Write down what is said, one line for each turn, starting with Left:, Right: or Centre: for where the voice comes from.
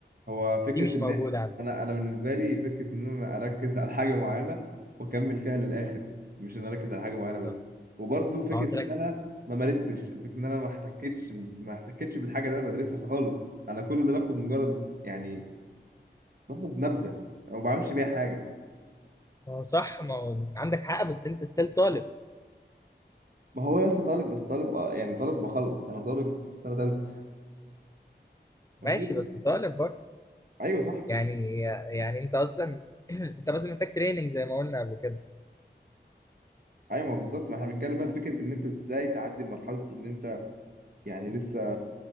Right: هو فكرة
Left: دي مش
Right: إن
Left: موجوده عندنا
Right: أنا أنا بالنسبة لي فكرة إن أنا أركز على حاجة معينة وأكمل فيها للآخر مش إن أنا أركز على حاجة معينة
Left: بالظبط
Right: بس وبرضه فكرة
Left: ما هو ترك
Right: إن أنا ما مارستش الفكرة إن أنا ما احتكتش ما احتكتش بالحاجة اللي أنا بدرسها خالص أنا كل ده باخد مجرد يعني باخد نبذة وما بعملش بيها حاجة
Left: ما هو صح ما هو عندك حق بس انت ستيل طالب
Right: ما هو يا اسطى طالب بس طالب آه، يعني طالب بخلص أنا طالب في سنة تالتة
Left: ماشي
Right: فالمفروض
Left: بس طالب برضو
Right: أيوه صح
Left: يعني يعني انت اصلا <clears throat> انت بس محتاج تريننج زي ما قلنا قبل كده
Right: أيوه بالظبط ما إحنا بنتكلم بقى في فكرة إن أنت إزاي تعدي مرحلة إن أنت يعني لسه